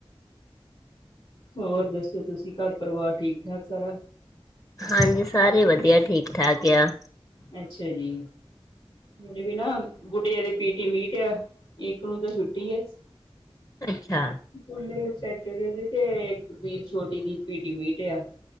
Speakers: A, on the left; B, on the left.
A: ਹੋਰ ਦੱਸੋ, ਤੁਸੀਂ ਘਰ ਪਰਿਵਾਰ ਠੀਕ-ਠਾਕ ਸਾਰਾ
B: ਹਾਂਜੀ, ਸਾਰੇ ਵਧੀਆ ਠੀਕ-ਠਾਕ ਏ ਆ।
A: ਅੱਛਾ ਜੀ। ਮੇੇਰੇ ਵੀ ਨਾ ਗੁੱਡੀਆਂ ਦੇ ਪੀਟੀ ਮੀਟ ਆ, ਇੱਕ ਨੂੰ ਤਾਂ ਛੁੱਟੀ ਐ। <inaudible>
B: ਅੱਛਾ।
A: ਸਕੂਲੇ ਸੈਟਰਡੇ ਦੀ ਤੇ, ਇੱਕ ਵੀਰ ਛੋਟੀ ਦੀ ਪੀਟੀ ਮੀਟ ਆ